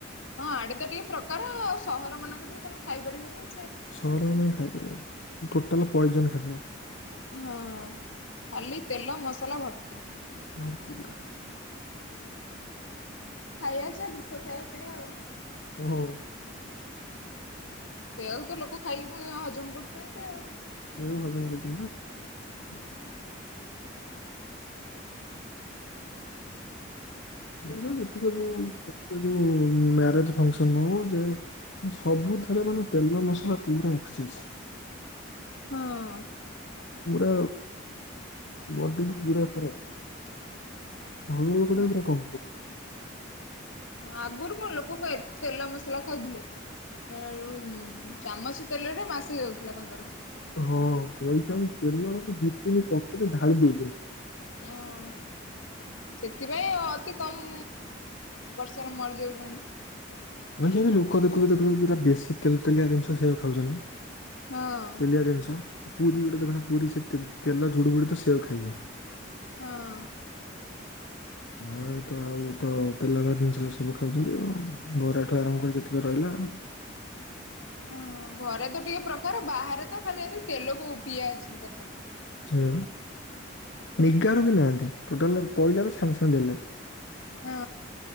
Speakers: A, on the left (about 80°); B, on the left (about 70°).
A: ହଁ ଆଡେ ତ ଟିକେ ପ୍ରକାର ଆଉ ସହର ମାନଙ୍କରେ ତ ତମେ ଖାଇ ପାରିବନି।
B: ସହରରେ ତୁମେ ଖାଇ ପାରିବନି, ଟୋଟାଲ ପଏଜନ ଖାଦ୍ୟ।
A: ହଁ ଖାଲି ତେଲ ମସଲା ଭର୍ତି।
B: ଭର୍ତ୍ତିପୁରା।
A: ଖାଇବା ଯାହା ବିଷ ଖାଇବା ସେଇଆ ଆଉ।
B: ହୁଁ।
A: ସେଇଆକୁ ତ ଲୋକ ଖାଇକି ପୁଣି ହଜ ହଜମ କରୁଛନ୍ତି ଆଉ।
B: ସେଇଆକୁ ହଜମ କରୁଛନ୍ତି ବା।
A: <unintelligible>
B: <unintelligible> କ ଯୋ ଯୋଉ ମ୍ୟାରେଜ ଫଙ୍କସନ ହଉ ଯେ ସବୁଥିରେ ମାନେ ତେଲ ମସଲା ପୁରା ଏକ୍ସେସ।
A: ହଁ।
B: ପୁରା ବଡିକି ପୁରା ଖରାପ। ହଁ ଗୋଟେ ଟାଇପ୍
A: ହଁ।
B: ର କମ୍ପୋ
A: ଆଗରୁ ଲୋକ କଣ ଏତେ ତେଲ ମସଲା ଖାଉଥିଲେ ଆ ଳୁ ଚାମଚ ତେଲରେ ମାସେ ଯାଉଥିଲା ତାଙ୍କର।
B: ହଁ ପଇସା ଆଉ ତେଲ ଦି ତିନି ପକଟେ ଢାଳି ଦଉଚନ୍ତି।
A: ହଁ ସେଥିପାଇଁ ଅତି କମ୍ ବର୍ଷରେ ମରିଯାଉଚନ୍ତି।
B: ଭାଇ, ଲୋକ ଦେଖୁଚୁ ଦେଖୁୁଚୁ ପୁରା ବେଶୀ ତେଲ ତେଲିଆ ଜିନିଷ ସେଇୟାକୁ ଖାଉଛନ୍ତି।
A: ହଁ
B: ତେଲିଆ ଜିନିଷ। ପୁରୀ ଗୋଟେ ଦେଖୁନ ପୁରୀ ସେ ତେଲ ଝୁଡୁ ବୁଡ ତ ସେଇଆକୁ ଖାଇବେ।
A: ହଁ।
B: ଆ ତ ଆଉ ତ ତେଲ ହବା ଜିନିଷ ସବୁ ଖାଉଛନ୍ତି। ଆ ବରାଠୁ ଆରମ୍ଭ କରି ଯେତିକି ରହିଲା ଆଉ।
A: ହଁ ଘରେ ତ ଟିକେ ପ୍ରକାର। ବାହାରେ ତ ଖାଲି ଏମିତି ତେଲକୁ ପିଆ ଅଛି କଥା
B: ସେୟା ନିଗାରୁ ବି ନାହାନ୍ତି ଟୋଟାଲ ପଇଲା ତ ସାଙ୍ଗେ ସାଙ୍ଗେ ଦେଲେ।
A: ହଁ।